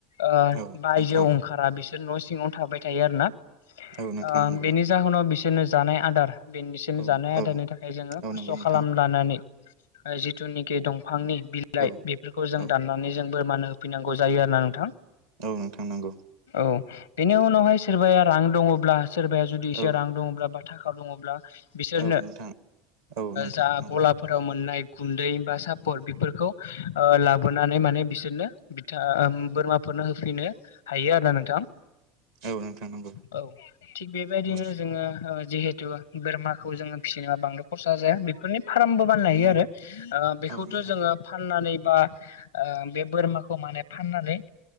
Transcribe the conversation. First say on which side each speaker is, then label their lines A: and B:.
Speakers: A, on the left (about 80°); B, on the right (about 75°).
A: ओ
B: औ
A: बायजोआव
B: नोंथां
A: ओंखारा बिसोर न' सिङावनो थाबाय थायो आरो ना। ओ
B: औ नोंथां नंगौ
A: बेनि जाहोनाव बिसोरनो जानाय आदार। बेसोरनो
B: औ
A: जानाय
B: औ
A: आदारनि थाखाय जोङो
B: औ
A: खस्थ'
B: नंगौ नोंथां
A: खालाम लानानै जिथुनिकि दं। दंफांनि बिलाइ
B: औ
A: बेफोरखौ जों
B: औ
A: दाननानै जों बोरमानो होफैनांगौ जायो आरोना नोंथां।
B: औ नोंथां नंगौ।
A: औ बेनि उनावहाय सोरबाया रां दङब्ला सोरबाया जुदि एसे
B: औ
A: रां दङब्ला बा थाखा दङब्ला। बिसोरनो
B: औ नोंथां औ नोंथां
A: जा
B: नंगौ
A: गलाफोराव मोननाय। गुन्दै बा सापर बेफोरखौ ओ लाबोनानै माने बिसोरनो बिथ बोरमा नो होफैनो हायो आरो ना नोंथां।
B: औ नोंथां नंगौ
A: औ थिग बेबायदिनो
B: औ
A: जोङो। जिहेतु बोरमाखौ जोङो फिसिनो बांद्राय खरसा जाया बेफोरनि फार्मबो बानायनो हायो आरो। बेखौथ
B: औ नोंथां
A: जोङो फाननानै बा बे बोरमाखौ। फाननानै